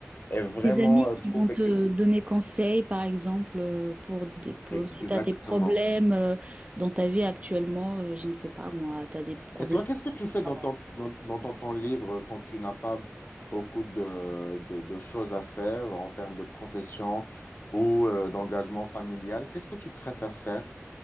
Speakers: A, on the left; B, on the right.
A: et vraiment
B: Des amis
A: euh,
B: qui
A: trouver...
B: vont te
A: que-
B: donner conseil, par exemple, euh, pour, des, pour-
A: Exactement.
B: si tu as des problèmes euh, dans ta vie actuellement, euh, je ne sais pas moi, tu as des problèmes
A: Et toi, qu'est-ce que tu fais
B: au travail.
A: dans ton, dans, dans ton temps libre quand tu n'as pas beaucoup de, de- de choses à faire en termes de profession ou euh, d'engagement familial? Qu'est-ce que tu préfères faire?